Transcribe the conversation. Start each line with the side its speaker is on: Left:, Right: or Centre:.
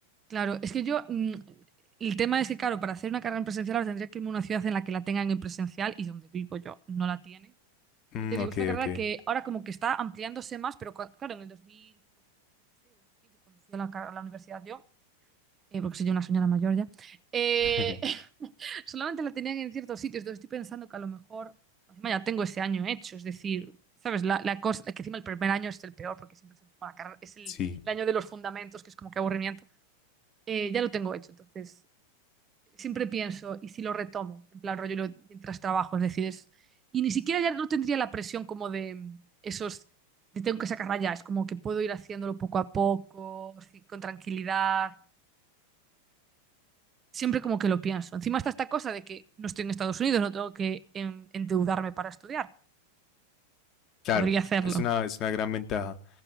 Right: Claro, es que yo, mm, el tema es que, claro, para hacer una carrera en presencial ahora tendría que irme a una ciudad en la que la tengan en presencial y donde vivo yo no la tienen.
Left: Mm,
Right: Ya te digo,
Left: ok,
Right: es una carrera
Left: ok.
Right: que ahora como que está ampliándose más, pero cua- claro, en el 2016, 2015, cuando fui a la, car- a la universidad yo. eh, porque soy yo una señora mayor ya, eh,
Left: <laughs>
Right: <laughs> solamente la tenían en ciertos sitios, entonces estoy pensando que a lo mejor, encima ya tengo ese año hecho, es decir, ¿sabes? La, la cosa, que encima el primer año es el peor, porque siempre es, bueno, la carrera- es el,
Left: Sí,
Right: el año de los fundamentos, que es como que aburrimiento, Eh, ya lo tengo hecho, entonces siempre pienso, ¿y si lo retomo? En plan rollo y lo- mientras trabajo, es decir, es, y ni siquiera ya no tendría la presión como de esos... de tengo que sacarla ya, es como que puedo ir haciéndolo poco a poco, así, con tranquilidad. Siempre como que lo pienso. Encima está esta cosa de que no estoy en Estados Unidos, no tengo que en- endeudarme para estudiar.
Left: claro,
Right: Podría hacerlo,
Left: es una, es una gran ventaja.